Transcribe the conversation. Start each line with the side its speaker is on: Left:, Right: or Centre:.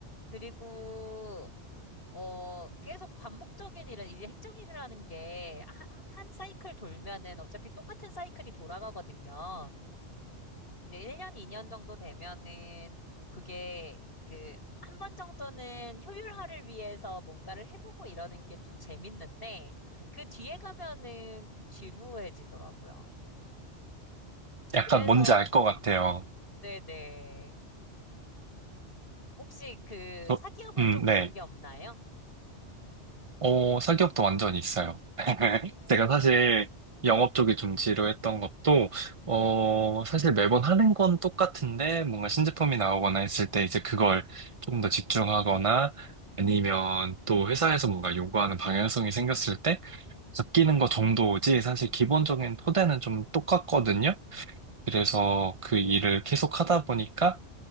Left: 그리고 어, 계속 반복적인 일은, 이제 행정일이라는 게, 한, 한 사이클 돌면은 어차피 똑같은 사이클이 돌아가거든요. 이제 1년, 2년 정도 되면은 그게 그 한 번 정도는 효율화를 위해서 뭔가를 해보고 이러는 게 좀 재밌는데 그 뒤에 가면은 좀 지루해지더라고요.
Right: 약간
Left: 그래서
Right: 뭔지 알 것 같아요.
Left: 네네. 혹시 그
Right: 저,
Left: 사기업은
Right: 음,
Left: 좀 그런
Right: 네.
Left: 게 없나요?
Right: 어, 사기업도 완전히 있어요. <laughs> 제가
Left: 오,
Right: 사실 영업 쪽이 좀 지루했던 것도, 어, 사실 매번 하는 건 똑같은데, 뭔가 신제품이 나오거나 했을 때 이제 그걸 조금 더 집중하거나, 아니면 또 회사에서 뭔가 요구하는 방향성이 생겼을 때, 바뀌는 거 정도지, 사실 기본적인 토대는 좀 똑같거든요. 그래서
Left: 음,
Right: 그 일을 계속 하다 보니까